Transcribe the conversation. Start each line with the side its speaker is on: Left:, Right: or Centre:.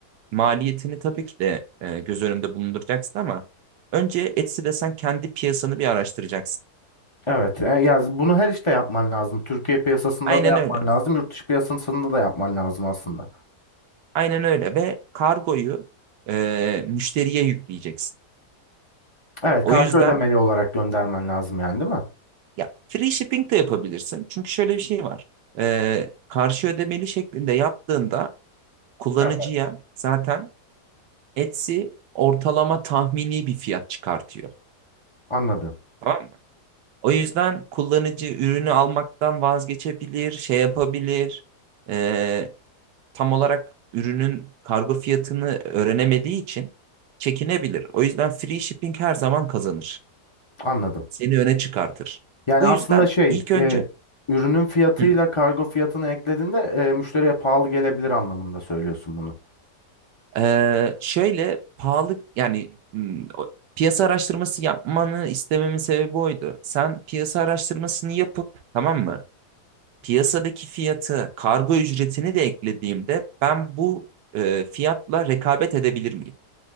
Right: maliyetini tabii ki de e, göz önünde bulunduracaksın ama önce Etsy'de sen kendi piyasanı bir araştıracaksın.
Left: Evet. E, Ya bunu her işte yapman lazım. Türkiye piyasasında
Right: Aynen
Left: da yapman
Right: öyle.
Left: lazım. Yurt dışı piyasasında da yapman lazım aslında.
Right: Aynen öyle ve kargoyu e, müşteriye yükleyeceksin.
Left: Evet,
Right: O
Left: karşı
Right: yüzden
Left: ödemeli olarak göndermen lazım yani değil mi?
Right: ya free shipping de yapabilirsin. Çünkü şöyle bir şey var. E, karşı ödemeli şeklinde yaptığında kullanıcıya
Left: Evet.
Right: zaten Etsy ortalama tahmini bir fiyat çıkartıyor.
Left: Anladım.
Right: Tamam mı? O yüzden kullanıcı ürünü almaktan vazgeçebilir, şey yapabilir. Ee, tam olarak ürünün kargo fiyatını öğrenemediği için çekinebilir. O yüzden free shipping her zaman kazanır.
Left: Anladım.
Right: Seni öne çıkartır.
Left: Yani
Right: Bu
Left: aslında
Right: yüzden
Left: şey,
Right: ilk önce
Left: e, ürünün fiyatıyla
Right: hı,
Left: kargo fiyatını eklediğinde e, müşteriye pahalı gelebilir anlamında söylüyorsun bunu.
Right: ee, şöyle pahalı yani hmm, o- piyasa araştırması yapmanı istememin sebebi oydu. Sen piyasa araştırmasını yapıp tamam mı? piyasadaki fiyatı, kargo ücretini de eklediğimde ben bu e, fiyatla rekabet edebilir miyim?